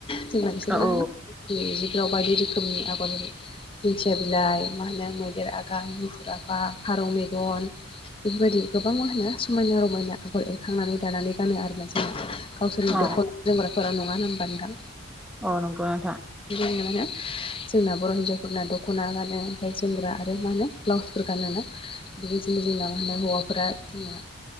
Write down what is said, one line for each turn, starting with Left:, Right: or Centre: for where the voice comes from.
Left: जोंना बिसोर
Centre: औ
Left: मा
Centre: औ
Left: होनो जों जिफोराव बायदि रोखोमनि आगर एरो दिंखिया बिलाइ मा होनो मैदेर आगान मु फुर आफा फारौ मेगन बेफोरबायदि गोबां मा होनो समायना रमायना आगर एरखांनानै दानानै गानो आरोना जों गावसोरनि
Centre: औ
Left: दख'ना जोमग्राफोरा नङा ना होमबा नोंथां?
Centre: अ नंगौ नोंथां
Left: बेबायनो मा होनो जोंना बर' हिन्जावफोरना दख'ना गानो ओमफ्राय जोमग्रा आरो मा होनो ब्लाउसफोर गानोना बेबायदिनो जोंना मा होनो हौवाफोरा जोंना